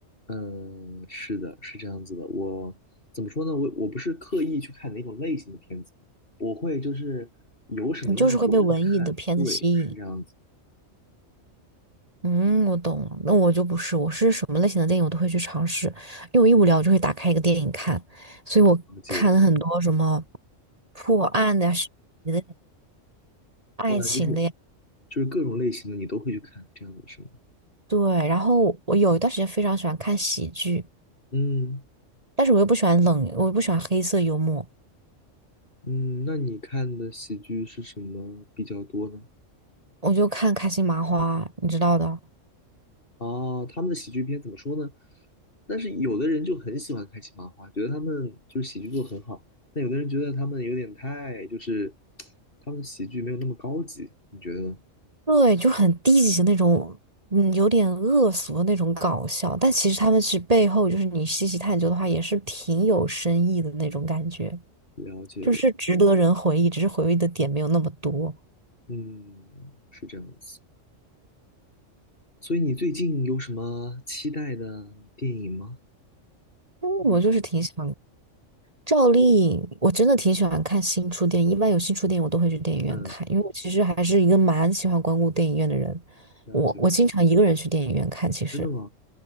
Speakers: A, on the left; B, on the right.
A: 嗯，是的，是这样子的。我怎么说呢？我我不是刻意去看哪种类型的片子，我会就是有什么样子我就去看。
B: 你就是会被文艺的片子吸引。
A: 对，是这样子。
B: 嗯，我懂了。那我就不是，我是什么类型的电影我都会去尝试，因为我一无聊我就会打开一个电影看，所以我看了很多什么
A: 而且，
B: 破案的呀、悬疑的呀爱情的呀。
A: 哇，就是就是各种类型的你都会去看，这样子是吗？
B: 对，然后我有一段时间非常喜欢看喜剧，
A: 嗯。
B: 但是我又不喜欢冷，我又不喜欢黑色幽默，
A: 嗯，那你看的喜剧是什么比较多呢？
B: 我就看开心麻花，你知道的。
A: 哦，他们的喜剧片怎么说呢？但是有的人就很喜欢开心麻花，觉得他们就是喜剧做得很好，但有的人觉得他们有点太，就是他们的喜剧没有那么高级，你觉得呢？
B: 对，就很低级的那种，嗯，有点恶俗的那种搞笑，但其实他们是背后就是你细细探究的话，也是挺有深意的那种感觉。
A: 了解了，
B: 就是值得人回忆，只是回忆的点没有那么多。
A: 嗯，是这样子。所以你最近有什么期待的电影吗？
B: 嗯，
A: 就是
B: 我就是挺想赵丽颖，我真的挺喜欢看新出电影，一般有新出电影我都会去电影院看，
A: 嗯，
B: 因为我其实还是一个蛮喜欢光顾电影院的人。
A: 了解。
B: 我我经常一个人去电影院看，其实，
A: 真的吗？